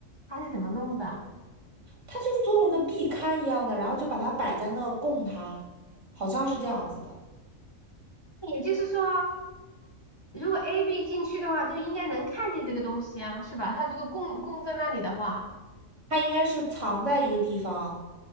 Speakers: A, on the left; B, on the right.
A: 他是怎么弄的？
B: 他就做了个壁龛一样的，然后就把它摆在那供他，好像是这样子的。
A: 也就是说，如果 A、B 进去的话，就应该能看见这个东西啊，是吧？他如果供供在那里的话。
B: 他应该是藏在一个地方，